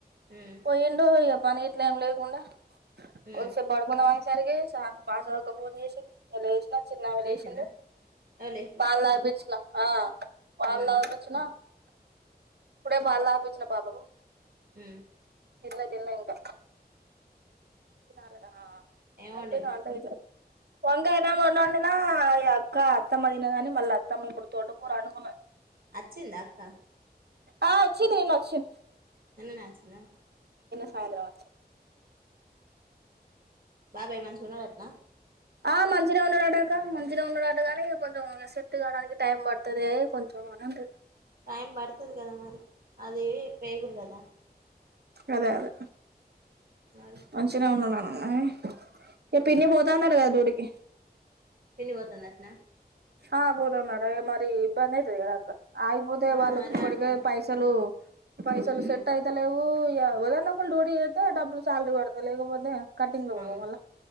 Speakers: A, on the right (about 60°); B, on the right (about 75°).
A: ఉమ్
B: పో ఎంట పని ఇట్లే ఏం లేకుండా
A: ఉమ్
B: రు స బడగున మ సరిగ సాంత పాస ఫోన్ చేస ఎలా చిన్న వెలుసింది
A: చేసిందా ఎవలు చేసిల్లు
B: పాల బీచిన ఆ పాలు
A: ఉమ్
B: తాగిపిచినా ఇప్పుడే పాలు తాగి పిచ్చిన పాపకు
A: ఊ
B: తిన్లా తిన్లా ఇంకా తినాల ఆ
A: ఏం వండినవ్
B: అయితే దాంతో ఎట్లా వంకాయ అన్నం వండినా ఈ అక్క అత్తమ్మ తినదని మళ్ళ అత్తమ్మ ఇప్పుడు తోట కూర అనుకున్నా
A: అచ్చిందా అక్క
B: ఆ వచ్చింది నిన్న వచ్చింది
A: నిన్ననే అచ్చిందా
B: ఆందిరా ఉచ్
A: బాబాయి మంచిగ ఉన్నారంటనా
B: ఆ మంచినే ఉన్నాడంటక మంచినే ఉన్నాడంట గానీ కొంచెం సెట్ కావడానికి టైం పడుతది కొంచెం అని అంతే
A: టైం పడుతది కదా మరి అదీ పేగురు కదా
B: అదే అదే
A: మరి
B: మంచినే ఉన్నాన్నాన్న ఐ మీ పిన్ని పోతాన్నడగా డూటీకి
A: పన్ని పోతుందట్నా
B: ఆ పోతాందంట మరి ఇబ్బంది అయితది గదా అక్క ఆగిపోతే
A: ఆ
B: వాళ్ళకి
A: అదే
B: ఇప్పడికే
A: అంటానా
B: పైసలు పైసలు
A: హ్మ్ హ్మ్
B: సెట్ అయితలేవు ఎవరన్న ఒకళ్ళు డ్యూటీ చేత్తే డబ్బులు శాలరీ పడతది లేకపోతే కటింగ్ లో
A: అవును
B: పో మల్ల